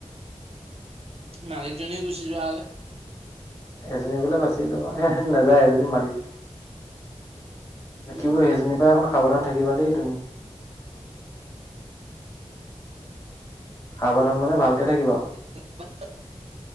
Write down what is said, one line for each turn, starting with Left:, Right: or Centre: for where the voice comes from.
Right: মালিকজনীয়ে গুচি যোৱা হ'লে।
Left: এজনী গলে বাচিয়ে যাব, এ নাযায় এজনী মালিক থাকিবই
Right: উম
Left: সেইজনীৰ পৰা অকণ সাৱধান থাকিবা দেই তুমি। সাৱধান মানে ভালকে থাকিব আৰু।
Right: <unintelligible>